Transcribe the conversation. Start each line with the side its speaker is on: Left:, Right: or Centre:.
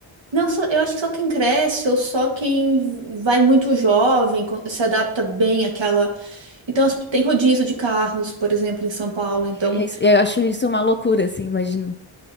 Right: Não, só, eu acho que só quem cresce ou só quem vai muito jovem co- se adapta bem àquela Então, as- tem rodízio de carros, por exemplo, em São Paulo. Então,
Left: Isso- Eu acho isso uma loucura, assim, imagino.